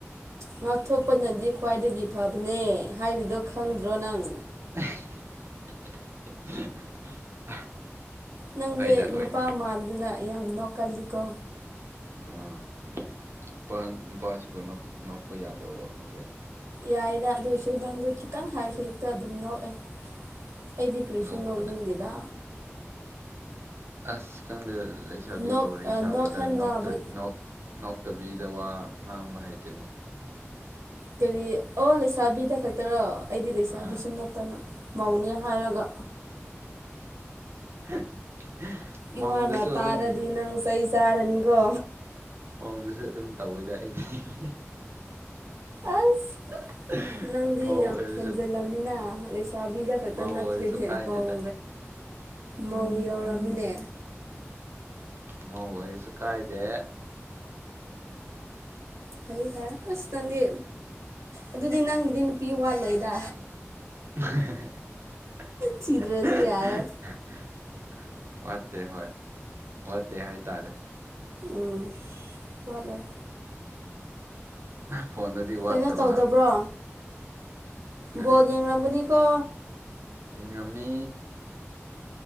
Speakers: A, on the right (about 85°); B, on the right (about 55°).
A: ꯉꯥꯛꯊꯣꯛꯄꯅꯗꯤ ꯈ꯭ꯋꯥꯏꯗꯒꯤ ꯐꯕꯅꯦ ꯍꯥꯏꯕꯗꯣ ꯈꯪꯗ꯭ꯔꯣ ꯅꯪ
B: <unintelligible>
A: ꯅꯪꯁꯦ
B: ꯍꯣꯏꯗ ꯍꯣꯏꯗ
A: ꯅꯨꯄꯥ ꯃꯥꯟꯗꯅ ꯌꯥꯝ ꯅꯣꯀꯜꯂꯤꯀꯣ
B: ꯑꯥ ꯅꯨꯄꯥ ꯅꯨꯄꯥꯁꯤꯕꯨ ꯅꯣꯛꯄ ꯌꯥꯗ꯭ꯔꯕꯣ ꯍꯥꯏꯁꯦ
A: ꯌꯥꯏꯗ ꯑꯗꯨꯏꯁꯨ ꯅꯪꯗꯣ ꯈꯤꯇꯪ ꯍꯥꯏꯔꯁꯨ ꯍꯦꯛꯇ ꯑꯗꯨꯝ ꯅꯣꯛꯑꯦ ꯑꯩꯗꯤ ꯀ꯭ꯔꯤꯁ
B: ꯅꯣꯛꯄꯅꯦ
A: ꯅꯣꯛꯅꯤꯡꯗꯦꯗ
B: ꯑꯁ ꯀꯪꯗꯦ ꯂꯩꯁꯥꯕꯤꯒ
A: ꯅꯣꯛ
B: ꯋꯥꯔꯤ ꯁꯥꯕꯗ
A: ꯅꯣꯛꯍꯟꯅꯕ
B: ꯅꯣꯛꯇ ꯅꯣꯛ ꯅꯣꯛꯇꯕꯤꯗ ꯋꯥ ꯉꯥꯡꯕ ꯍꯩꯇꯦꯅꯦ
A: ꯀꯔꯤ ꯑꯣ ꯂꯩꯁꯥꯕꯤꯗ ꯈꯛꯇꯔꯣ ꯑꯩꯗꯤ ꯂꯩꯁꯥꯕꯤꯁꯨ
B: ꯑꯥ
A: ꯅꯠꯇꯅ ꯃꯧꯅꯦ ꯍꯥꯏꯔꯒ
B: <unintelligible> ꯃꯧꯗꯁꯨ
A: ꯏꯍꯥꯟꯅ ꯇꯥꯔꯗꯤ
B: ꯑꯗꯨꯝ
A: ꯅꯪ ꯆꯩ ꯆꯥꯔꯅꯤꯀꯣ
B: ꯃꯧꯗꯁꯨ ꯑꯗꯨꯝ ꯇꯧꯏꯗ ꯑꯩꯗꯤ
A: ꯑꯁ
B: <unintelligible>
A: ꯅꯪꯗꯤ
B: ꯃꯧ
A: ꯌꯥꯝ
B: ꯑꯣꯏꯔꯁꯨ
A: ꯍꯦꯟꯖꯤꯜꯂꯝꯃꯤꯅ ꯂꯩꯁꯥꯕꯤꯗ ꯈꯛꯇ
B: ꯃꯧ
A: ꯅꯠꯇ꯭ꯔꯦꯅꯦ
B: ꯑꯣꯏꯔꯁꯨ ꯀꯥꯏꯗꯦꯗ
A: ꯃꯧ ꯃꯧ ꯌꯧꯔꯝꯃꯤꯅꯦ
B: ꯃꯧ ꯑꯣꯏꯔꯁꯨ ꯀꯥꯏꯗꯦ
A: ꯐꯩꯌꯦ ꯐꯩꯌꯦ ꯑꯁ ꯅꯪꯗꯤ ꯑꯗꯨꯗꯤ ꯅꯪꯒꯤꯗꯤ ꯅꯨꯄꯤ ꯋꯥꯠꯂꯣꯏꯗ
B: <unintelligible>
A: ꯊꯤꯗ꯭ꯔꯁꯨ ꯌꯥꯔꯦ
B: ꯋꯥꯠꯇꯦ ꯍꯣꯏ ꯋꯥꯠꯇꯦ ꯍꯥꯏꯇꯥꯔꯦ
A: ꯑꯨꯝ ꯋꯥꯠꯂꯣꯏ
B: ꯐꯣꯟꯗꯗꯤ
A: ꯀꯩꯅꯣ
B: ꯋꯥꯠꯇꯕ
A: ꯇꯧꯗꯕ꯭ꯔꯣ
B: ꯀꯔꯤ
A: ꯕꯣꯜ ꯌꯦꯡꯂꯡꯝꯒꯅꯤꯀꯣ
B: ꯌꯦꯡꯉꯝꯃꯤ